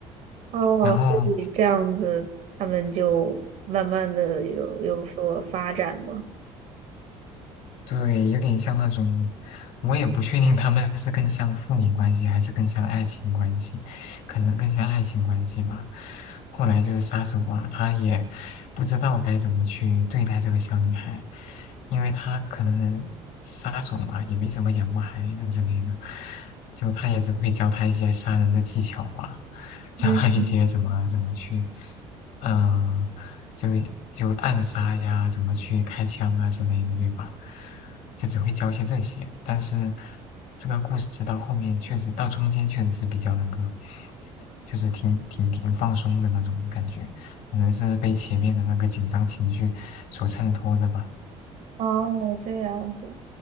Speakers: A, on the right; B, on the left.
A: 哦，
B: 然后，
A: 所以这样子，他们就慢慢的有有所发展嘛。
B: 对，有点像那种，我也不确定他们是更像父女关系还是更像爱情关系，可能更像爱情关系吧。后来就是杀手啊，他也不知道该怎么去对待这个小女孩，因为他可能杀手嘛，也没怎么养过孩子之类的，就他也只会教她一些杀人的技巧啊，<laughs> 教她一些怎么怎么去，
A: 嗯，
B: 嗯、就就暗杀呀，怎么去开枪啊之类的，对吧？就只会教一些这些，但是这个故事到后面确实到中间确实是比较那个，就是挺挺挺放松的那种感觉，可能是被前面的那个紧张情绪所衬托的吧。
A: 哦，这样子。